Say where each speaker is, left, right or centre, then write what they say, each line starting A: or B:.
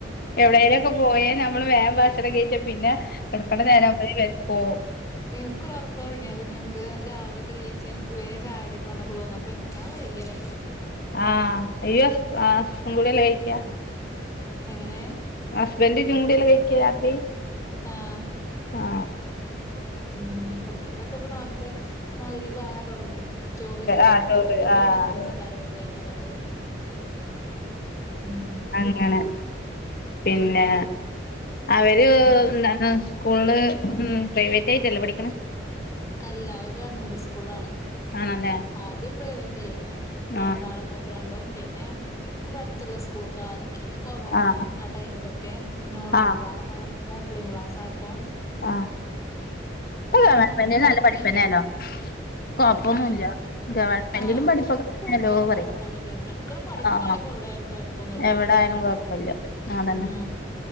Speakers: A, on the left (about 50°); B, on the left (about 15°).
A: എവിടെലോക്കെ പോയ നമ്മള് വേം ഭഷണം കയിച്ചാ പിന്നെ കെടക്കണ്ട നേരാവുമ്പോ വെഷ്ക്കൂ
B: ഇൻക്കൊരോർകൊർങ്ങിയാ പിന്നെ ഇൻക്ക് രാവിലെക്കെ നീച്ചാ ഇൻക്ക് വേം ചായുടിക്കണം ന്നൊക്കെ തോന്ന പ്പൻ ഞാൻ വൈക്യാ കഴിക്കല്
A: ആഹ് ഇയ്യു ഹസ് ആ സും കൂടിയല്ലെ കയിക്കാ
B: എങ്ങനെ
A: ഹസ്ബന്റും ഇജ്ജും കൂടി അല്ലേ കയിക്കാ രാത്രി
B: ആഹ
A: ആ
B: ഉം കുട്ടിയളൊക്കെ ഇപ്പ നേര്ത്തെ മഗ് രിബായ തൊടങ്ങും ചോറ് ചോറ്ന്നാ
A: ആഹ്
B: അപ്പൊൽക്കെക്ക
A: ചോറ് ആഹ്
B: കൊടുക്കും നിസ്കാര ഒക്കെ കഴിഞ്ഞാലാണ്ട് ഉം
A: ങ്ങനെ പിന്നെ അവര് ന്താണ് സ്കൂൾല് പ്രൈവറ്റ് ആയിട്ടല്ലോ പഠിക്ക്‌ണെ
B: അല്ല ഓര് ഗവൺമെന്റ് സ്കൂൾലാണ്
A: ആണല്ലേ
B: ആദ്യം പ്രൈവറ്റ് ആയിരുന്നു
A: ആഹ്
B: രണ്ടാള് മു രണ്ടും പിന്നെ ഇവടെ അടുത്ത്ള്ള സ്കൂൾക്കാ ക്കി കൊറോണ
A: ആഹ്
B: ആ ടൈമിലൊക്കെ ഇങ്ങനെ ഓൺലൈൻ
A: ആഹ്
B: ക്ലാ ഓഫ് ലൈൻ ക്ലാസായപ്പോ
A: ആ പ്പ ഗവൺമെന്റിൽ
B: അങ്ങനൊക്കെ
A: നല്ല
B: പിന്നെ
A: പഠിപ്പന്നെ ലോ കൊഴപ്പൊന്നുല്ല
B: ഏഹ്
A: ഗവണ്മെന്റിലും
B: ആഹ്
A: പഠിപ്പൊക്കെ
B: ഒക്കെ
A: ല്ലോ പറിം
B: കൊഴപ്പൊന്നുല്ല മക്കള് പഠിക്കാണ്
A: ആഹ്
B: ഇപ്പോ എവിടെയായാലും കൊഴപ്പൊന്നുല്ല
A: എവടായാലും കൊയ്പ്പല്ല ആതന്നെ
B: ഉം